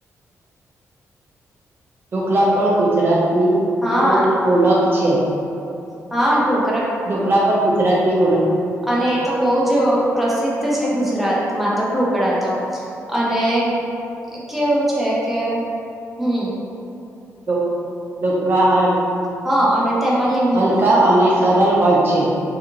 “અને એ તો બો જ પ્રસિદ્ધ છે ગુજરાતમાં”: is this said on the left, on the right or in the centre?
Centre